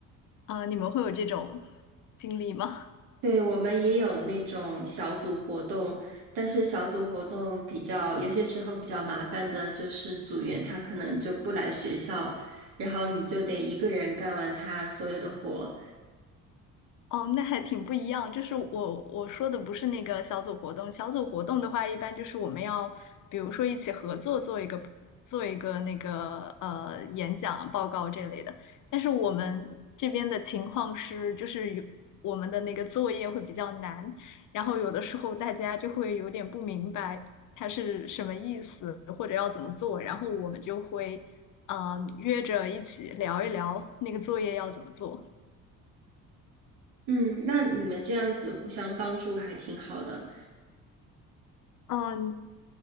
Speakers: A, on the left (about 45°); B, on the right (about 60°).
A: 呃，你们会有这种经历吗？
B: 对，我们也有那种小组活动，但是小组活动比较，有些时候比较麻烦的就是组员他可能就不来学校，然后你就得一个人干完他所有的活。
A: 哦，那还挺不一样。就是我我说的不是那个小组活动，小组活动的话，一般就是我们要，比如说一起合作做一个做一个那个呃演讲报告这类的。但是我们这边的情况是，就是有我们的那个作业会比较难，然后有的时候大家就会有点不明白它是什么意思，或者要怎么做，然后我们就会嗯、呃约着一起聊一聊那个作业要怎么做。
B: 嗯，那你们这样子互相帮助还挺好的。
A: 嗯，